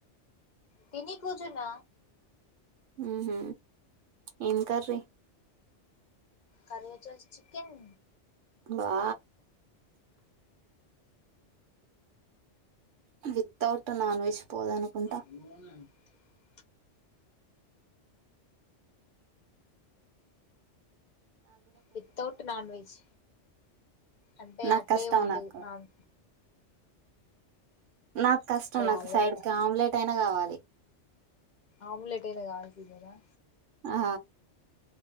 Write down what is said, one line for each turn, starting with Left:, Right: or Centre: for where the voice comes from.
Left: తిని కూర్చున్న
Right: హ హ ఏం కర్రీ
Left: కర్రీ వచ్చేసి చికెన్
Right: వా వితౌట్ నాన్ వెజ్ పోద అనుకుంటా
Left: <unintelligible> వితౌట్ నాన్ వెజ్ అంటే
Right: నాకు
Left: అట్లే
Right: కష్టం
Left: ఉండదు
Right: నాకు
Left: నాన్
Right: నాకు కష్టం
Left: అలా
Right: నాకు
Left: అలవాటే
Right: సైడ్ క ఆమ్లెట్ అయినా కావాలి
Left: ఆమ్లెట్ అయిన కావాల్సిందే నా
Right: ఆ